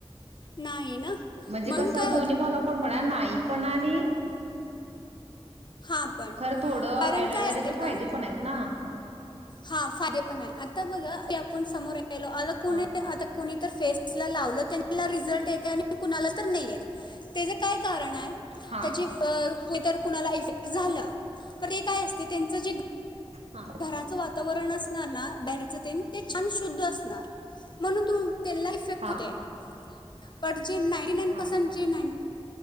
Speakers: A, on the left; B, on the right.
A: नाही ना
B: म्हणजे
A: म्हणून
B: कसं
A: काय
B: दोनही
A: होते
B: भागा पण म्हणा नाही पण आणि
A: हा पण
B: खरं थोडं
A: कारण
B: अलोवेराचे
A: काय असतय बगा
B: फायदे पण आहेत ना
A: हा फायदे पण हाय आता बघा ते आपण समोराय लो आता कुणी
B: हा
A: अता कुणी फेस ला लावल तेनला रिजल्ट येतय आणि कुणाला तर नाइट येत तेज काय कारणाय
B: हा
A: त्याची अ कुणाला इफेक्ट झालं तर ते काय असते त्यांच जे
B: हा
A: घराचं वाता वरन असणार ना बाहेरचं तेन ते छान शुद्ध असणार म्हणून त तेला इफेक्ट
B: हा
A: होते. पण जे नाईन
B: हा
A: पर्सेंट जे नाइन